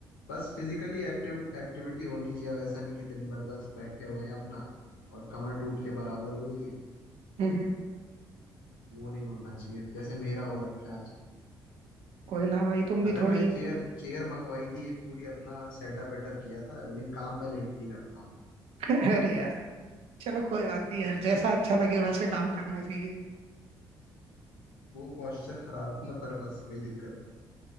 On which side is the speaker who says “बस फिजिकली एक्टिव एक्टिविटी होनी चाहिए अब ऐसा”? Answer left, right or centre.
Left